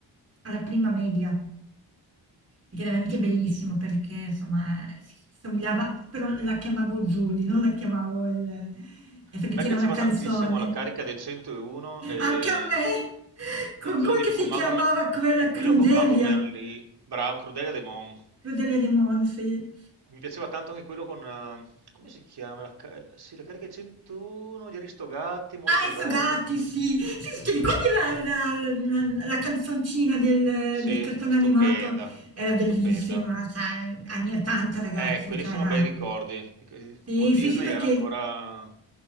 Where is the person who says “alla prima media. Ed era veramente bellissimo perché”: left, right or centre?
Right